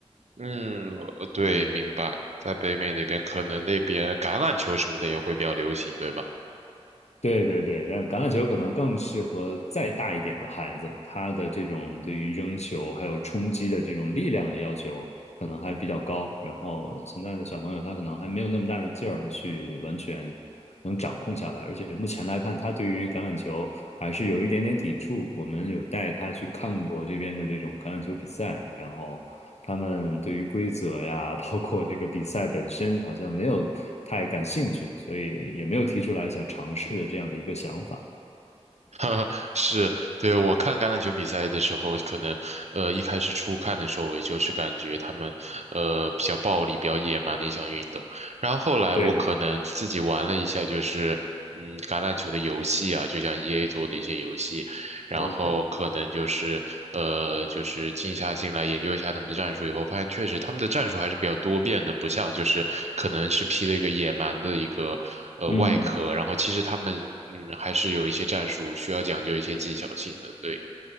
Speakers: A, on the right; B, on the left.
A: 嗯，呃对，
B: 嗯
A: 明白，在北美那边可能那边橄榄球什么的也会比较流行，对吧？
B: 对对对，但橄榄球可能更适合再大一点的孩子，他的这种对于扔球还有冲击的这种力量的要求可能还比较高。然后现在的小朋友他可能还没有那么大的劲儿去完全能掌控下来，而且目前来看，他对于橄榄球还是有一点点抵触。我们有带他去看过这边的这种橄榄球比赛，然后。他们对于规则呀，包括这个比赛本身，好像没有太感兴趣，所以也没有提出来想尝试的这样的一个想法。
A: <laughs> 是，对，我看橄榄球比赛的时候，可能呃一开始初看的时候，我也就是感觉他们呃比较暴力、比较野蛮的一项运动。然后后来我可能自己玩了一下，
B: 对
A: 就是嗯橄榄球的游戏啊，就像 EA 做的一些游戏，然后可能就是呃，
B: ，OK，
A: 就是静下心来研究一下他们的战术以后，发现确实他们的战术还是比较多变的，不像就是可能是披了一个野蛮的一个呃外壳，
B: 嗯，
A: 然后其实他们嗯还是有一些战术需要讲究一些技巧性的，对。